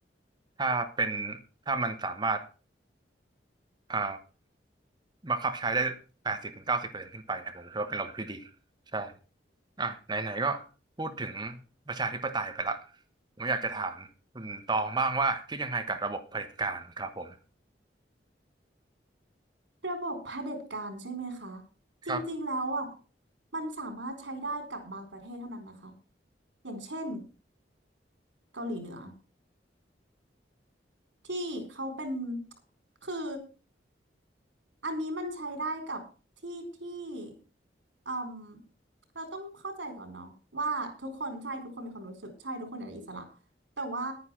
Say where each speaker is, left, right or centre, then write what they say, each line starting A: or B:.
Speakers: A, on the right (about 25°); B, on the right (about 85°).
A: ถ้าเป็นถ้ามันสามารถอ่า บังคับใช้ได้แปดสิบถึงเก้าสิบเปอร์เซ็นต์ขึ้นไปนะผมคิดว่าเป็นระบบที่ดีใช่อ่ะไหนๆก็พูดถึงประชาธิปไตยไปละผมอยากจะถามคุณตองบ้างว่าคิดยังไงกับระบบเผด็จการครับผม
B: ระบบเผด็จการใช่ไหมคะจริงๆแล้วอ่ะ
A: ครับ
B: มันสามารถใช้ได้กับบางประเทศเท่านั้นนะคะอย่างเช่นเกาหลีเหนือที่เขาเป็นคือ อันนี้มันใช้ได้กับที่ที่เอ่มเราต้องเข้าใจก่อนเนาะว่าทุกคนใช่ทุกคนมีความรู้สึกใช่ทุกคนอยากได้อิสระแต่ว่า